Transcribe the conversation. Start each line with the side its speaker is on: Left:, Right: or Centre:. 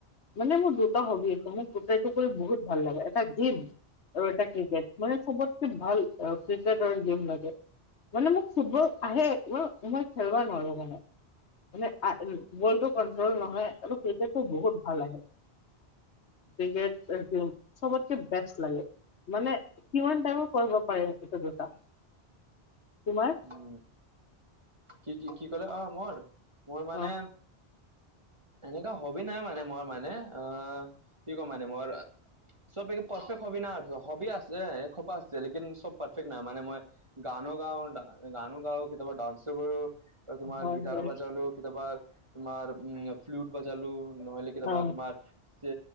Left: মানে মোৰ দুটা হবি আছে, মোক গোটেই টো কৰি বহুত ভাল লাগে এটা দিম আৰু এটা ক্ৰিকেট মানে চবতকে ভাল ক্ৰিকেট ৰ গেম লাগে। মানে মোক ফুটবল আহে মই মই খেলব নোৱাৰো মানে। মানে আ বলটো কন্ট্ৰল নহয় আৰু ক্ৰিকেটটো বহুত ভাল আহে। ক্ৰিকেট একদম চবতকে বেষ্ট লাগে। মানে কিমান টাইমো কৰিব পাৰিম এইটো দুটা তোমাৰ?
Right: উম কি কি কি কলে অ মোৰ মোৰ মানে
Left: অ
Right: এনেকুৱা হবি নাই মানে মই মানে আহ কি কম মানে মই চব এক পাৰফেক্ট হবি নাই হবি আছে এ খোপা আছে লেকিন চব পাৰফেক্ট নাই মানে মই গানো গাও দা গানো গাও, কেতিয়াবা ডান্স টো কৰো তোমাৰ
Left: হয়
Right: গিটাৰো
Left: হয়
Right: বজালো, কেতিয়াবা তোমাৰ উম ফ্লুট বজালো নহলে কেতিয়াবা
Left: অ
Right: তোমাৰ চে